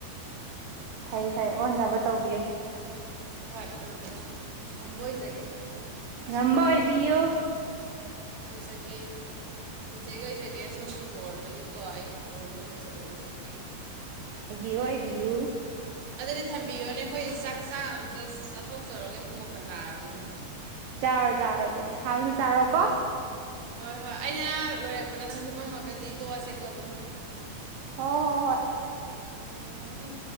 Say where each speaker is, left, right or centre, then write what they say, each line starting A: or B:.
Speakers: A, on the right; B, on the right.
A: ꯐꯩ ꯐꯩ ꯑꯣꯟꯅꯕ ꯇꯧꯕꯤꯌꯨ
B: ꯍꯣꯏ ꯇꯧꯖꯒꯦ ꯉꯝꯕ ꯑꯣꯏꯖꯒꯦ ꯑꯁꯣꯝꯒꯤ
A: ꯉꯝꯕ
B: ꯕꯣꯔꯗꯒꯤ
A: ꯑꯣꯏꯕꯤꯌꯨ
B: ꯑꯣꯏꯖꯒꯦ ꯑꯣꯏꯖꯒꯦ ꯑꯣꯏꯖꯒꯦ ꯁꯣꯝꯒꯤ ꯕꯣꯔꯗꯒꯤꯀꯣ ꯑꯩ ꯑꯣꯏꯕ ꯉꯝꯖꯕ ꯑꯣꯏꯖꯒꯦ
A: ꯏꯕꯤꯌꯨ ꯏꯕꯤꯌꯨ
B: ꯑꯗꯨꯗꯤ ꯊꯝꯕꯤꯌꯣꯅꯦ ꯑꯩꯈꯣꯏ ꯆꯥꯛ ꯆꯥ ꯑꯝꯇ ꯆꯥꯊꯣꯛꯆꯔꯒꯦ ꯄꯨꯡ ꯃꯥꯄꯜ ꯇꯥꯔꯕꯅꯤꯅ
A: ꯆꯥꯎꯔꯣ ꯆꯥꯔꯣ ꯑꯗꯨꯗꯤ ꯍꯥꯎꯅ ꯆꯥꯔꯣꯀꯣ
B: ꯍꯣꯏ ꯍꯣꯏ ꯑꯩꯅ ꯂꯣꯏꯔꯛꯄꯗ ꯅꯪ ꯇꯨꯝꯃꯝꯃꯒꯗꯤ ꯇꯣꯛꯑꯁꯦꯀꯣ ꯑꯗꯨꯝ
A: ꯍꯣ ꯍꯣ ꯍꯣꯏ
B: ꯎꯝ ꯊꯕ ꯇꯝ